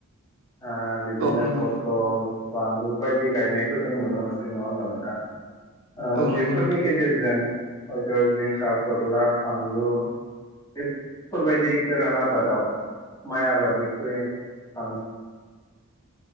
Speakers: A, on the left; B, on the right.
A: ओ बिदिनो
B: औ नंगौ
A: पतल बानलु बायदि गायनायखौ जों नुनो मोनसै नङा होमबा नोंथां? ओ
B: औ नंगौ
A: बेफोरनि
B: नोंथां
A: गेजेरजों हयथ' जिंखा, फोरला, फानलु बेफोरबायदि गोरान आबादाव माइ आबादनिख्रुइ बां